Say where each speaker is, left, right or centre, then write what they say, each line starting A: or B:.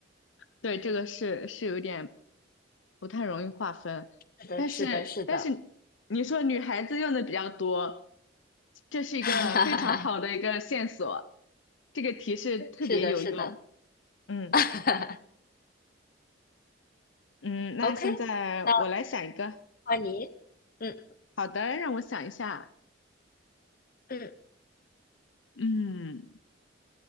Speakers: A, on the left; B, on the left.
A: 对，这个是是有点不太容易划分，
B: <laughs> 是的，
A: 但是但是
B: 是的，是的，
A: 你说女孩子用的比较多，这是一个非常好的一个线索，
B: <laughs> 哈哈哈哈
A: 这个提示特别有用。
B: 是的，是的。
A: 嗯
B: <laughs>
A: 嗯，那现在我来想一个，
B: OK，那换你。嗯
A: 好的，让我想一下。
B: 嗯，
A: 嗯